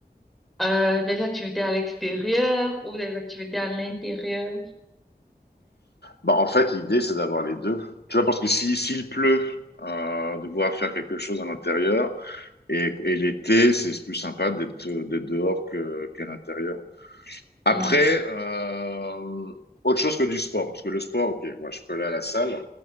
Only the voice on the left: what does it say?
Bah, en fait, l'idée, c'est d'avoir les deux. Tu vois, parce que si, s'il pleut, euh, devoir faire quelque chose à l'intérieur. Et, et l'été, c'est plus sympa d'être, d'être dehors que, qu'à l'intérieur. Après,
euh, autre chose que du sport, parce que le sport, ok, moi je peux aller à la salle,